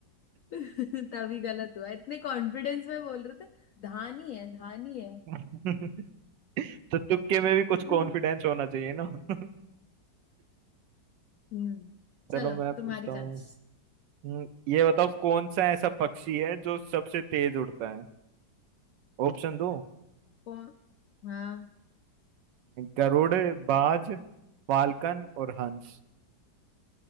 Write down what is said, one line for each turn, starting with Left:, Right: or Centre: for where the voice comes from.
Left: <laughs> तभी गलत हुआ इतने कॉन्फिडेंस में बोल रहे थे धान ही है धान ही है
Right: <laughs> तो तुक्के में भी कुछ
Left: <laughs>
Right: कॉन्फिडेंस होना चाहिए ना <laughs>
Left: हम्म चलो
Right: चलो मैं
Left: तुम्हारी
Right: पूछता
Left: चांस
Right: हूँ हम्म, ये बताओ कौन सा ऐसा पक्षी है जो सबसे तेज उड़ता है ऑप्शन दो
Left: कौन हाँ
Right: गरुड़ बाज फाल्कन और हंस